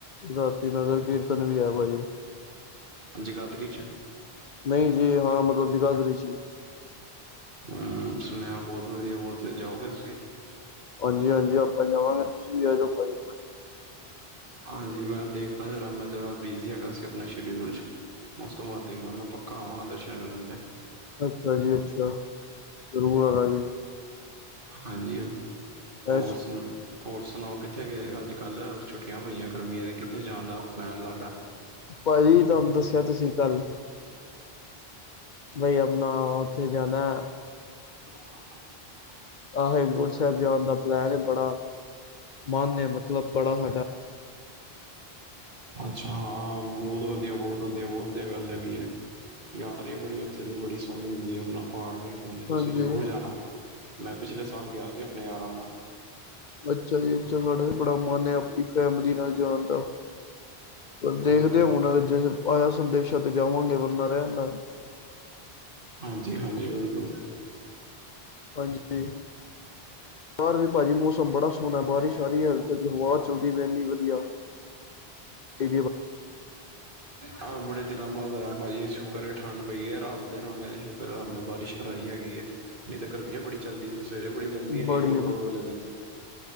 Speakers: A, on the left; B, on the right.
A: ਰਾਤੀ ਨਗਰ ਕੀਰਤਨ ਵੀ ਐ ਭਾਜੀ।
B: ਜਗਾਦਰੀ ਚ
A: ਨਹੀਂ ਜੀ ਹਾਂ ਮਤਲਬ ਜਗਾਦਰੀ ਚ ਹੀ
B: ਹੂੰ ਸੁਣਿਆ ਬੋਤ ਵਧੀਆ ਬੋਤ ਜਾਓਗੇ ਤੁਸੀਂ
A: ਹਾਂਜੀ, ਹਾਂਜੀ ਆਪਾਂ ਜਾਵਾਂਗੇ ਤੁਸੀਂ ਵੀ ਆ ਜੋ ਭਾਜੀ।
B: ਹਾਂਜੀ ਮੈਂ ਦੇਖਦਾ ਜਰਾ ਮੈਂ ਜਰਾ ਬਿਜੀ ਹੈਗਾ ਸੀ ਆਪਣੇ ਸ਼ਡਿਊਲ ਚ ਉਸ ਤੋਂ ਬਾਅਦ ਦੇਖਦਾ ਮੈਂ ਪੱਕਾ ਆਵਾਂਗਾ ਦਰਸ਼ਨ ਕਰਨ ਤੇ
A: ਅੱਛਾ ਜੀ ਅੱਛਾ ਜ਼ਰੂਰ ਆਣਾ ਜੀ
B: ਹਾਂਜੀ ਹੋਰ
A: ਐਸ
B: ਸੁਣਾ ਹੋਰ ਸੁਣਾਓ ਕਿੱਥੇ ਗਏ ਅੱਜ ਕੱਲ੍ਹ ਛੁੱਟੀਆਂ ਪਈਆਂ ਗਰਮੀਆਂ ਤੇ ਕਿੱਥੇ ਜਾਣ ਦਾ ਪਲੈਨ ਤੁਹਾਡਾ।
A: ਭਾਜੀ ਤੁਹਾਨੂੰ ਦੱਸਿਆ ਤੇ ਸੀ ਕੱਲ ਬਈ ਆਪਣਾ ਉੱਥੇ ਜਾਣਾ।
B: <inaudible>
A: ਆ ਹੇਮਕੁੰਟ ਸਾਹਿਬ ਜਾਣ ਦਾ ਪਲੈਨ ਬੜਾ ਮਨ ਏ ਮਤਲਬ ਬੜਾ ਸਾਡਾ।
B: ਅੱਛਾ ਹਾਂ ਬੋਤ ਵਧੀਆ ਬੋਤ ਵਧੀਆ ਬਹੁਤ ਵਧੀਆ ਗੱਲ ਹੈਗੀ ਐ। ਯਾਤਰਾ ਵੀ ਬੜੀ ਉਥੇ ਦੀ ਬੜੀ ਸੋਹਣੀ ਹੁੰਦੀ ਐ ਆਪਣਾ ਪਹਾੜ ਵੀ ਦਿਖਦੇ ਨੇ ਤੁਸੀਂ
A: ਹਾਂਜੀ
B: ਜ਼ਰੂਰ ਜਾਣਾ ਮੈਂ ਪਿਛਲੇ ਸਾਲ ਗਿਆ ਸੀ ਆਪਣੇ ਯਾਰਾ ਨਾਲ
A: ਅੱਛਾ ਜੀ ਅੱਛਾ ਸਾਡਾ ਵੀ ਬੜਾ ਮਨ ਏ ਆਪਣੀ ਫੈਮਲੀ ਨਾਲ ਜਾਣ ਦਾ। ਪਰ
B: ਹਾਂਜੀ
A: ਦੇਖਦੇ ਆ ਹੁਨ ਜੇ ਆਇਆ ਸੰਦੇਸ਼ਾਂ ਤੇ ਜਾਵਾਂਗੇ ਵਰਨਾ ਰਹਿਨ ਦਾਂਗੇ।
B: ਹਾਂਜੀ, ਹਾਂਜੀ ਬਿਲਕੁਲ
A: ਹਾਂਜੀ, ਬਾਹਰ ਵੀ ਭਾਜੀ ਮੌਸਮ ਬੜਾ ਸੋਹਣਾ, ਬਾਰਿਸ਼ ਆ ਰਹੀ ਏ ਹਵਾ ਚ ਜੀ ਮੈ ਵੀ ਵਧੀਆ ਤੇ ਜੇ
B: ਆਹ ਬੜੇ ਦਿਨਾਂ ਬਾਦ ਹੋਇਆ, ਭਾਜੀ ਸ਼ੁਕਰ ਇਹ ਠੰਡ ਪਈ ਏ, ਰੱਬ ਦੇ ਰੰਗ ਨੇ ਸ਼ੁਕਰ ਰੱਬ ਨੇ, ਬਾਰਿਸ਼ ਕਰਵਾਈ ਹੈਗੀ ਏ ਏਥੈ ਗਰਮੀ ਬੜੀ ਚੱਲਦੀ ਸੀ, ਸਵੇਰੇ ਬੜੀ ਗਰਮੀ ਹੋਈ
A: ਬੜੀ
B: ਏ, ਗੁਰਪੁਰਬ ਵਾਲੇ ਦਿਨ